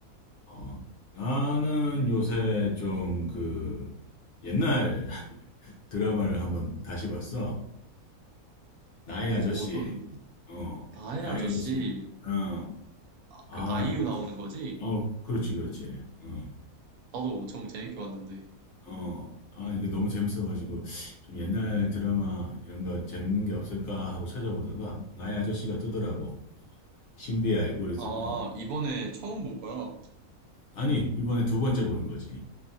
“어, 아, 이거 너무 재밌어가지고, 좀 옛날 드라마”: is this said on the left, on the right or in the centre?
Left